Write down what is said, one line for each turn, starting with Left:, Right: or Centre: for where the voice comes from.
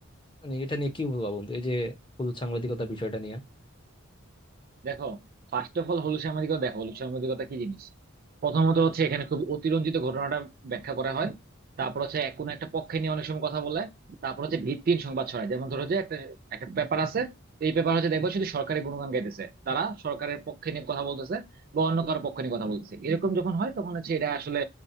Left: মানে এটা নিয়ে কি বলবা বন্ধু এই যে হলুদ সাংবাদিকতা বিষয়টা নিয়ে
Right: দেখো ফার্স্ট অফ অল হলুদ সাংবাদিকতা দেখো হলুদ সাংবাদিকতা কি জিনিস প্রথমত হচ্ছে এখানে খুব অতিরঞ্জিত ঘটনাটা ব্যাখ্যা করা হয় তারপর হচ্ছে এক কোনো একটা পক্ষে নিয়ে অনেক সময় কথা বলে তারপর হচ্ছে ভিত্তিহীন সংবাদ ছড়ায় যেমন ধরো যে একটা একটা পেপার আছে তো এই পেপার হচ্ছে দেখবা শুধু সরকারের গুণগান গাইতেছে তারা সরকারের পক্ষে নিয়ে কথা বলতেছে বা অন্য কারো পক্ষে নিয়ে কথা বলতেছে এরকম যখন হয় তখন হচ্ছে এটা আসলে